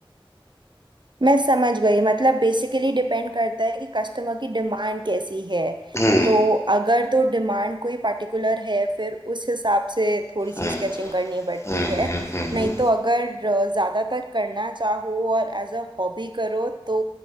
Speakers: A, on the right; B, on the left.
A: मैं समझ गई मतलब बेसिकली डिपेंड करता है कि कस्टमर की डिमांड कैसी है
B: हम्म
A: तो अगर तो डिमांड कोई पार्टिकुलर है फिर उस हिसाब से थोड़ी
B: हम्म
A: सी स्केचिंग करनी पड़ती
B: हम्म
A: है
B: हम्म,
A: नहीं
B: हम्म।
A: तो अगर ज़्यादातर करना चाहो और एज अ हॉबी करो तो